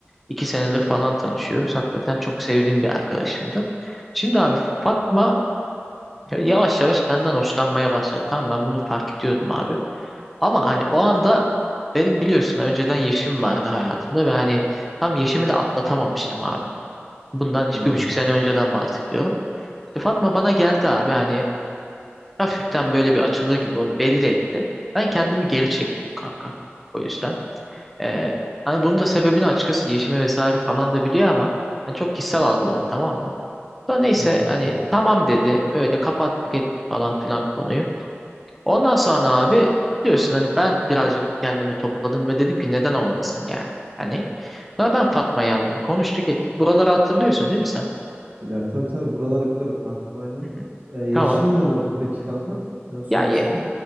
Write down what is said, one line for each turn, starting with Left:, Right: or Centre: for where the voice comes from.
Centre: iki senedir falan tanışıyoruz hakikaten çok sevdiğim bir arkadaşımdı. Şimdi abi Fatma yavaş yavaş benden hoşlanmaya başladı tamam ben bunu fark ediyordum abi ama hani o anda benim biliyorsun önceden Yeşim vardı hayatımda ve hani tam Yeşim'i de atlatamamıştım abi bundan işte
Right: Evet
Centre: bir buçuk
Right: kanka.
Centre: sene önceden bahsediyorum. İşte Fatma bana geldi abi hani hafiften böyle bir açılır gibi oldu belli etti ben kendimi geri çektim kanka o yüzden. Ee, hani bunun da sebebini açıkçası Yeşim'i vesaire falan da biliyor ama yani çok kişisel algıladı tamam mı? Sonra neyse
Right: Evet kanka.
Centre: hani tamam dedi öyle kapattık ettik falan filan konuyu. Ondan sonra abi biliyorsun hani ben birazcık kendimi topladım ve dedim ki neden olmasın yani. Hani sonra ben Fatma yazdım konuştuk ettik buraları hatırlıyorsun değil mi sen?
Right: Ya, tabii tabii buraları biliyorum kankam aynen.
Centre: Hı hı.
Right: E, Yeşim'le
Centre: Tamam.
Right: ne oldu peki kanka? E, sonrasında?
Centre: Ya ye,